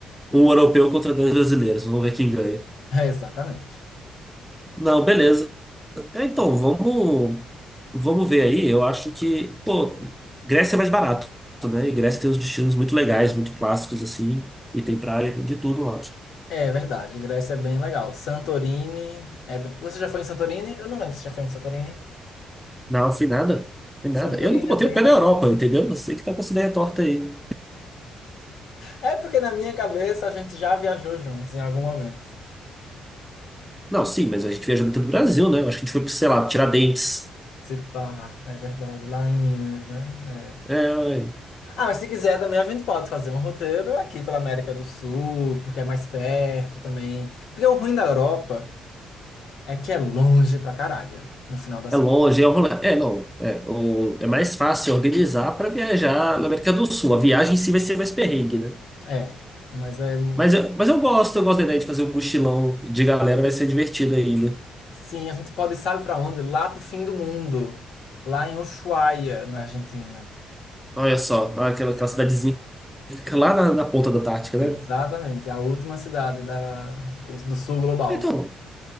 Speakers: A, in the centre; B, on the left.
A: Um europeu contra dois brasileiros, vamos ver quem ganha.
B: É, exatamente.
A: Não, beleza. É, então, vamos, vamos ver aí. Eu acho que, pô, Grécia é mais barato, né? E Grécia tem uns destinos muito legais, muito clássicos, assim, e tem praia, tem de tudo lá.
B: É verdade, Grécia é bem legal. Santorini é bem... Você já foi em Santorini? Eu não lembro se já foi em Santorini.
A: Não, fui nada. Fui
B: Santorini
A: nada. Eu nunca botei
B: é bem
A: o pé
B: legal.
A: na Europa, entendeu? Você que tá com essa ideia torta aí.
B: É porque na minha cabeça a gente já viajou juntos em algum momento.
A: Não, sim, mas a gente viajou dentro do Brasil, né? Eu acho que a gente foi, pra, sei lá, Tiradentes.
B: Se pá, é verdade, lá em Minas, né? É.
A: É,
B: Ah, mas se quiser também a gente pode fazer um roteiro aqui pela América do Sul, porque é mais perto também. Porque o ruim da Europa é que é longe pra caralho, no final das
A: é longe,
B: contas.
A: é, um rolê. é não, é, o, é
B: É,
A: mais
B: o-
A: fácil organizar para viajar na América do Sul. A viagem em si vai ser mais perrengue, né?
B: é, mas é. um
A: Mas eu, mas eu gosto, eu gosto da ideia de fazer um mochilão de galera, vai ser divertido ainda.
B: Sim, a gente pode ir, sabe pra onde? Lá pro fim do mundo, lá em Ushuaia, na Argentina.
A: Olha só, aquela, aquela cidadezinha que fica
B: É,
A: lá na, na ponta da Antártica,
B: Exatamente,
A: né?
B: a última cidade da, o- do sul global.
A: Ah, Então,